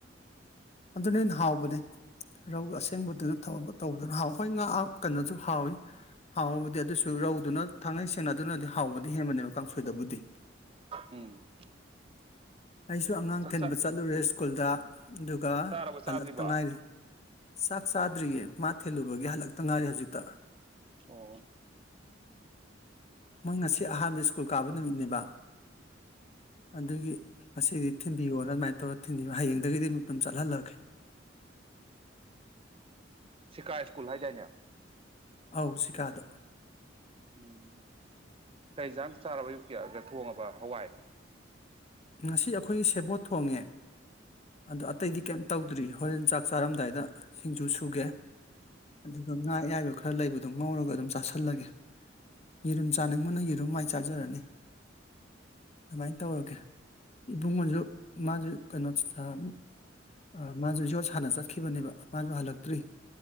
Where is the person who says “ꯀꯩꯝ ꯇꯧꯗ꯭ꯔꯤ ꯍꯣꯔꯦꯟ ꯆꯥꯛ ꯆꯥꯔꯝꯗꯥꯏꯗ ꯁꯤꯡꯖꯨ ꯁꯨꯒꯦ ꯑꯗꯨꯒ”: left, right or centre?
Left